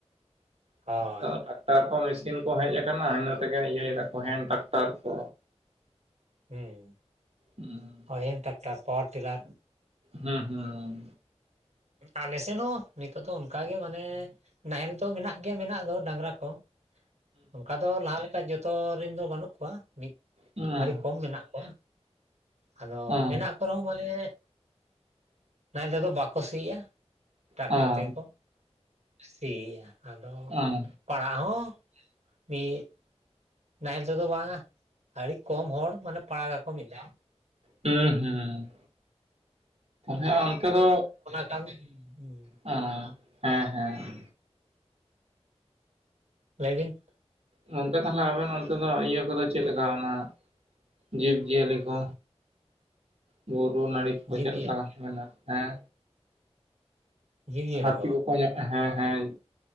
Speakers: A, on the right (about 85°); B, on the right (about 65°).
A: ᱦᱳᱭ
B: <inaudible> ᱴᱟᱨ ᱠᱚ, ᱢᱮᱥᱤᱱ ᱠᱚ ᱦᱮᱡ ᱟᱠᱟᱱᱟ ᱤᱱᱟᱹ ᱛᱮᱜᱮ ᱤᱭᱟᱹᱭᱫᱟ ᱠᱚ ᱦᱮᱱ ᱴᱟᱠᱴᱟᱨ ᱠᱚ᱾
A: ᱦᱩᱸ
B: ᱦᱩᱸ
A: ᱟᱭᱤᱱ ᱴᱟᱠᱴᱟᱨ ᱯᱟᱣᱟ ᱴᱮᱞᱟᱨ
B: ᱦᱩᱸ ᱦᱩᱸ᱾
A: ᱟᱞᱮ ᱥᱮᱱ ᱦᱚᱸ ᱱᱤᱛᱚᱜ ᱫᱚ ᱚᱱᱠᱟᱜᱮ ᱢᱟᱱᱮ ᱱᱟᱦᱮᱞ ᱫᱚ ᱢᱮᱱᱟᱜ ᱜᱮᱭᱟ ᱢᱮᱱᱟᱜ ᱫᱚ ᱰᱟᱝᱨᱟ ᱠᱚ ᱚᱝᱠᱟ ᱫᱚ ᱞᱟᱦᱟ ᱞᱮᱠᱟ ᱡᱚᱛᱚ ᱨᱮᱱ ᱫᱚ ᱵᱟᱹᱱᱩᱜ ᱠᱚᱣᱟ ᱢᱤᱫ
B: ᱦᱩᱸ
A: ᱟᱹᱰᱤ ᱠᱚᱢ ᱢᱮᱱᱟᱜ ᱠᱚᱣᱟ᱾ ᱟᱫᱚ
B: ᱦᱩᱸ
A: ᱦᱮᱱᱟᱜ ᱠᱚᱨᱮ ᱦᱚᱸ ᱢᱟᱱᱮ ᱱᱟᱦᱞᱮ ᱛᱮᱫᱚ ᱵᱟᱠ ᱠᱚ ᱥᱤᱭᱟ ᱴᱟᱠᱴᱟᱨ
B: ᱦᱩᱸ
A: ᱛᱮᱜᱮ ᱠᱚ ᱥᱤᱭᱟ ᱟᱫᱚ
B: ᱦᱩᱸ
A: ᱯᱟᱲᱟ ᱦᱚᱸ ᱢᱤᱜ ᱱᱟᱦᱮᱞ ᱛᱮᱫᱚ ᱵᱟᱝᱟ ᱟᱹᱰᱤ ᱠᱚᱢ ᱦᱚᱲ ᱢᱟᱱᱮ ᱯᱟᱲᱟᱜᱟᱠᱚ ᱢᱤᱜ ᱫᱷᱟᱣ᱾
B: ᱦᱩᱸ ᱦᱩᱸ ᱛᱟᱦᱞᱮ ᱚᱱᱛᱮ ᱫᱚ
A: <unintelligible> ᱩᱸ
B: ᱟᱸ ᱦᱮᱸ ᱦᱮᱸ᱾
A: <inaudible> ᱞᱟᱹᱭ ᱵᱤᱱ᱾
B: ᱜᱚᱝᱠᱮ ᱛᱟᱦᱞᱮ ᱟᱵᱮᱱ ᱚᱱᱛᱮ ᱫᱚ ᱤᱭᱟᱹ ᱠᱚᱫᱚ ᱪᱮᱫ ᱞᱮᱠᱟ? ᱚᱱᱟ ᱡᱤᱵᱽᱼᱡᱤᱭᱟᱹᱞᱤ ᱠᱚ, ᱵᱩᱨᱩ ᱱᱟᱹᱲᱤ ᱠᱚ
A: ᱡᱤᱵᱽᱼᱡᱤᱭᱟᱹᱞᱤ
B: ᱪᱮᱜ ᱞᱮᱠᱟ ᱢᱮᱱᱟ ᱦᱮᱸ
A: ᱡᱤᱵᱽᱼᱡᱤᱭᱟᱹᱞᱤ
B: ᱦᱟᱹᱛᱤ
A: ᱠᱚ
B: ᱠᱚᱠᱚ ᱧᱟᱢ ᱦᱮᱸ ᱦᱮᱸ᱾